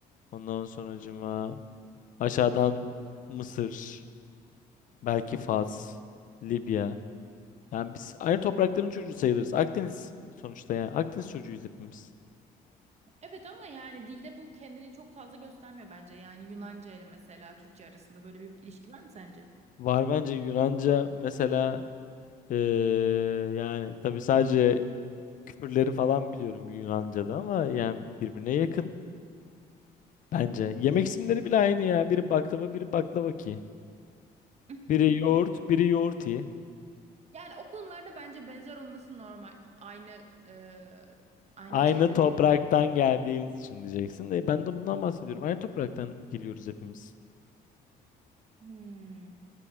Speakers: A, on the left; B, on the right.
A: ondan sonracıma aşağıdan Mısır. Belki Fas, Libya. Yani biz aynı toprakların çocuğu sayılırız. Akdeniz sonuçta yani. Akdeniz çocuğuyuz hepimiz.
B: Evet ama yani dilde bu kendini çok fazla göstermiyor bence. Yani Yunanca ile mesela Türkçe arasında böyle bir ilişki var mı sence?
A: Var bence Yunanca mesela eee, yani tabii sadece küfürleri falan biliyorum Yunanca'da ama yani birbirine yakın bence. Yemek isimleri bile aynı ya. Biri baklava, biri baklavaki.
B: <laughs>
A: Biri yoğurt, biri yoğurti.
B: Yani o konularda bence benzer olması normal. Aynı e, aynı
A: Aynı
B: çevrede.
A: topraktan geldiğimiz için diyeceksin. E, ben de bundan bahsediyorum. Aynı topraktan geliyoruz hepimiz.
B: Hmm,